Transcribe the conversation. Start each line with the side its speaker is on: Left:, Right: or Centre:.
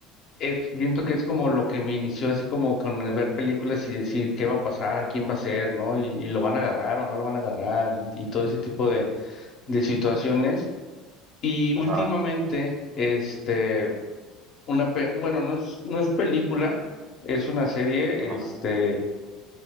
Left: es, siento que es como
Right: Ujú.
Left: lo que me inició así como con el ver películas y decir qué va a pasar, quién va a ser, ¿no? Y, y lo van a agarrar o no lo van a agarrar y, y todo ese tipo de, de situaciones. Y últimamente,
Right: Ajá,
Left: este, una, pe- bueno, no es, no es película, es una serie,
Right: ajá.
Left: este,